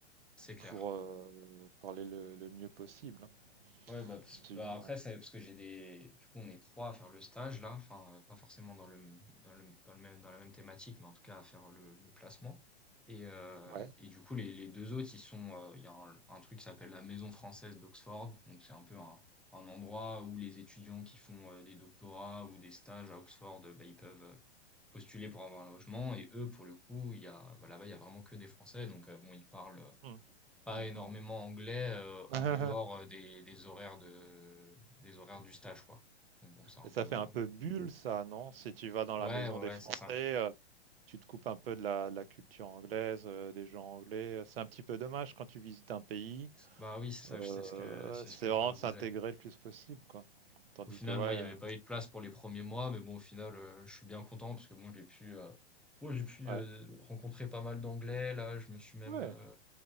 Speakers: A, in the centre; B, on the right (about 60°).
A: C'est clair.
B: pour euh, parler le, le mieux possible, hein.
A: Ouais, bah, parce-
B: Absolument.
A: bah, après, c'est parce que j'ai des. Du coup, on est trois à faire le stage là, enfin, euh, pas forcément dans le, dans le, dans le même, dans la même thématique, mais en tout cas à faire le, le placement. Et, euh,
B: Ouais.
A: et du coup, les, les deux autres, ils sont. euh, Il y a un, un truc qui s'appelle la Maison française d'Oxford. Donc, c'est un peu un, un endroit où les étudiants qui font euh, des doctorats ou des stages à Oxford, euh, bah, ils peuvent euh, postuler pour avoir un logement. Et eux, pour le coup, il y a, bah, là-bas, il y a vraiment que des Français. Donc, euh, bon, ils parlent
B: Mm.
A: pas
B: Mm,
A: énormément
B: mm.
A: anglais euh,
B: <laughs>
A: en dehors euh, des, des horaires de des horaires du stage quoi. Donc bon, c'est un
B: Et
A: peu
B: ça
A: euh,
B: fait un peu bulle ça, non? Si tu vas dans
A: ouais
B: la maison
A: ouais
B: des
A: ouais,
B: Français,
A: c'est ça.
B: euh, tu te coupes un peu de la, de la culture anglaise, euh, des gens anglais. euh, C'est un petit peu dommage quand tu visites un pays.
A: Bah oui, c'est ça,
B: euh,
A: c'est ce que c'est
B: c'est
A: ce que
B: vraiment
A: je leur
B: de
A: disais.
B: s'intégrer le plus possible, quoi. Tandis
A: Au final,
B: que ouais,
A: moi,
B: euh,
A: il n'y avait pas eu de place pour les premiers mois, mais bon, au final, euh, je suis bien content parce que bon, j'ai pu euh, bon, j'ai pu
B: ouais,
A: euh, rencontrer pas mal d'anglais là, je me suis même
B: ouais.
A: euh,